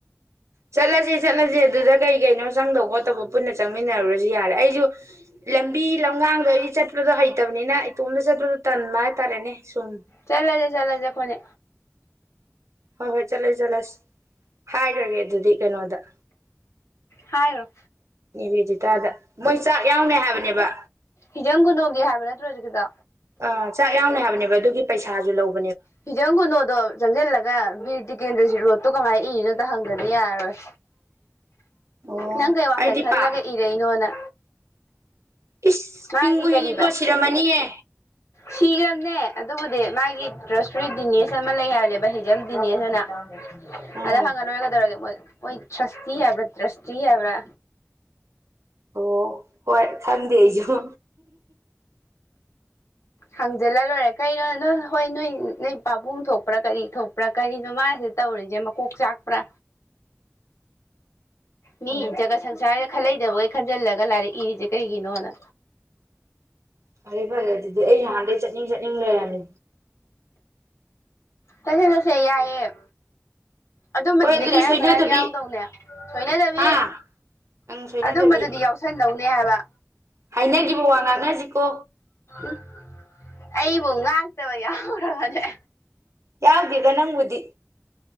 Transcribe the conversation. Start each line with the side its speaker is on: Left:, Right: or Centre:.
Right: ꯆꯠꯂꯁꯦ ꯆꯠꯂꯁꯦ ꯑꯗꯨꯗ ꯀꯩ ꯀꯩꯅꯣ ꯆꯪꯗꯕ ꯈꯣꯠꯇꯧꯕ ꯄꯨꯟꯅ ꯆꯪꯃꯤꯟꯅꯔꯨꯔꯁꯨ ꯌꯥꯔꯦ ꯑꯩꯁꯨ ꯂꯝꯕꯤ ꯂꯝꯒꯥꯡꯗꯣ ꯑꯩꯗꯤ ꯆꯠꯄꯗꯣ ꯍꯩꯇꯕꯅꯤꯅ ꯏꯇꯣꯝꯗ ꯆꯠꯄꯗꯣ ꯇꯟꯕ ꯍꯥꯏꯇꯥꯔꯦꯅꯦ ꯁꯨꯝ
Left: ꯆꯂꯖꯦ ꯆꯂꯖꯦ ꯈꯨꯅꯦ
Right: ꯍꯣꯏ ꯍꯣꯏ ꯆꯠꯂꯁꯤ ꯆꯠꯂꯁ ꯍꯥꯏꯈ꯭ꯔꯒꯦ ꯑꯗꯨꯗꯤ ꯀꯩꯅꯣꯗ
Left: ꯍꯥꯏꯔꯣ
Right: ꯕꯦꯗꯤꯇꯥꯗ ꯃꯣꯏ ꯆꯥꯛ ꯌꯥꯎꯅ ꯍꯥꯏꯕꯅꯦꯕ
Left: ꯍꯤꯖꯝꯒꯨꯅꯣꯒꯤ ꯍꯥꯏꯕ ꯅꯠꯇ꯭ꯔꯣ ꯍꯧꯖꯤꯛꯗ
Right: ꯑꯥ ꯆꯥꯛ ꯌꯥꯝꯎꯅ ꯍꯥꯏꯕꯅꯦꯕ ꯑꯗꯨꯒꯤ ꯄꯩꯁꯥꯁꯨ ꯂꯧꯕ
Left: ꯐꯤꯖꯪꯒꯨꯅꯣꯗꯣ ꯪꯁꯤꯜꯂꯒ ꯕꯤꯔ ꯇꯖꯤꯀꯦꯟꯗ꯭ꯔꯁꯤ ꯔꯣꯠꯇꯣ ꯀꯃꯥꯏꯅ ꯏꯅꯣꯗ ꯍꯪꯒꯗꯤ ꯌꯥꯔꯣꯏ
Right: ꯑꯣ
Left: ꯅꯪ ꯀꯩ ꯋꯥꯈꯜ
Right: ꯑꯩꯗꯤ
Left: ꯈꯜꯂꯒ
Right: ꯄꯥꯛ
Left: ꯏꯔꯛꯏꯅꯣꯅ
Right: ꯏꯁ
Left: ꯃꯥꯒꯤ
Right: ꯍꯤꯡꯕꯨ ꯍꯤꯡꯉꯤꯀꯣ
Left: ꯀꯔꯤꯕ
Right: ꯁꯤꯔꯝꯃꯅꯤꯍ
Left: ꯁꯤꯈ꯭ꯔꯕꯅꯦ ꯑꯗꯨꯕꯨꯗꯤ ꯃꯥꯒꯤ ꯇ꯭ꯔꯁꯇ꯭ꯔꯤ ꯗꯤꯅꯦꯁ ꯑꯃ ꯂꯩ ꯍꯥꯏꯕꯅꯦꯕ ꯍꯤꯖꯝ ꯗꯤꯅꯦꯁ ꯍꯥꯏꯅ
Right: ꯎꯝ
Left: ꯑꯗ ꯍꯪꯉ ꯂꯣꯏꯔꯒꯗꯧꯔꯗꯤ ꯃꯣꯏ ꯑꯣꯏꯣꯏ ꯁꯁꯇꯤ ꯍꯥꯏꯕ꯭ꯔꯥ ꯇ꯭ꯔꯁꯇꯤ ꯍꯥꯏꯕ꯭ꯔꯥ
Right: ꯑꯣ ꯍꯣꯏ ꯊꯪꯗꯦ ꯑꯩꯁꯨ
Left: ꯍꯪꯖꯤꯜꯂ ꯂꯣꯏꯔꯦ ꯀꯩꯅꯣ ꯅꯣꯏ ꯍꯣꯏ ꯅꯣꯏ ꯅꯣꯏ ꯄꯥꯕꯨꯡ ꯊꯣꯛꯄ꯭ꯔꯥ ꯀꯔꯤ ꯊꯣꯛꯄ꯭ꯔꯥ ꯀꯔꯤꯅꯣ ꯃꯥꯁꯤ ꯇꯧꯔꯤꯁꯦ ꯃꯀꯣꯛ ꯆꯥꯛꯄ꯭ꯔꯥ ꯃꯤ
Right: ꯎꯝ
Left: ꯖꯒꯥ ꯁꯪꯁ ꯍꯥꯏ ꯈꯜꯂꯩꯗꯕꯈꯩ ꯈꯟꯖꯤꯜꯂꯒ ꯂꯥꯏꯔꯤꯛ ꯏꯔꯤꯁꯦ ꯀꯩꯒꯤꯅꯣꯅ
Right: ꯐꯔꯦ ꯐꯔꯦ ꯑꯗꯨꯗꯤ ꯑꯩ ꯅꯍꯥꯟꯗꯒꯤꯩ ꯆꯠꯅꯤꯡ ꯆꯠꯅꯤꯡ ꯂꯩꯔꯝꯃꯦ
Left: ꯇꯁꯦ ꯇꯁꯦ ꯌꯥꯑ ꯑꯗꯨꯝꯕꯗꯨꯗꯤ
Right: ꯍꯣꯏ ꯑꯗꯨꯗꯤ
Left: ꯈꯔ
Right: ꯁꯣꯏꯅꯗꯕꯤ
Left: ꯈꯔ ꯌꯥꯎꯗꯧꯅꯦ ꯁꯣꯏꯅꯗꯕꯤ
Right: ꯍꯥ ꯎꯝ ꯁꯣꯏꯅꯗꯕꯤ
Left: ꯑꯗꯨꯝꯕꯗꯨꯗꯤ ꯌꯥꯎꯁꯟꯗꯧꯅꯦ ꯍꯥꯏꯕ
Right: ꯍꯥꯏꯅꯈꯤꯕ ꯋꯥ ꯉꯥꯛꯅꯁꯤꯀꯣ
Left: ꯎ ꯑꯩꯕꯨ ꯉꯥꯛꯇꯕ ꯌꯥꯎꯔꯕꯅꯦ
Right: ꯌꯥꯎꯗꯒ ꯅꯪ ꯎꯗꯤ